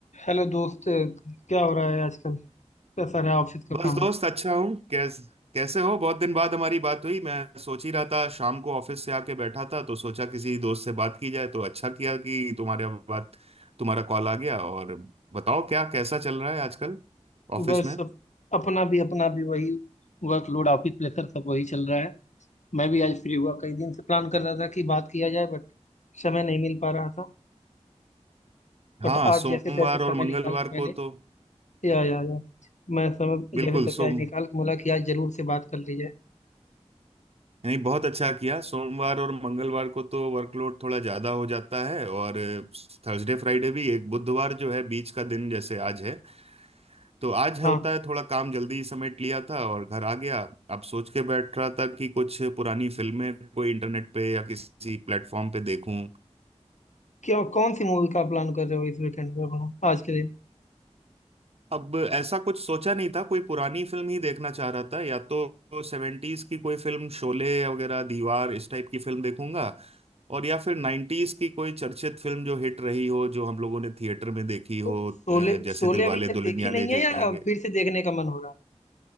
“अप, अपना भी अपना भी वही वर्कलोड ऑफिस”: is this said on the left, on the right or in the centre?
Left